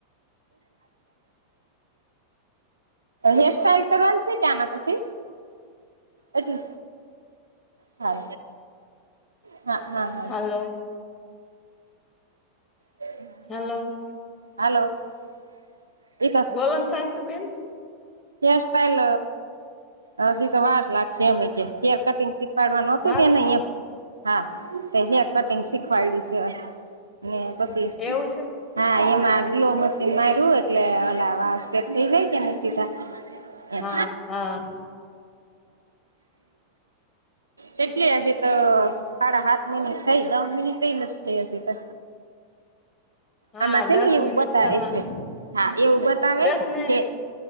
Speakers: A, on the right; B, on the left.
A: હેરસ્ટાઈઇલ કરવાની છે કે આના પછી એટલ હા હા હા હા
B: હાલો
A: હા હ
B: હલો!
A: હલોએ.?
B: બોલન સા તું બેન?
A: હેર સ્ટાઈલ હધી તો વાર લાગશે એમ કે હેર કટિંગ શીખ શીખડવાનું હતું
B: વાર
A: કે
B: લા
A: નહી એમ હા હેર કટિંગ શીખવાડ્યું છે. ને પછી
B: એવું છે
A: હા એમાં ગ્લો મશીન માર્યું એટલે ઓલા વાળ થઇ જાય કે ન સીધા. એમ
B: હા હા
A: કેટલી હજી તો સાડા સાત મિનિટ થઈ દ મિનિટ નથી થઈ હજી તો.
B: હા
A: આમાં છે
B: દસ
A: ને એવું
B: મિનિટ
A: બતાવે
B: કરવાની
A: છે હા એવું બતાવે
B: દસ મિનિટ
A: કે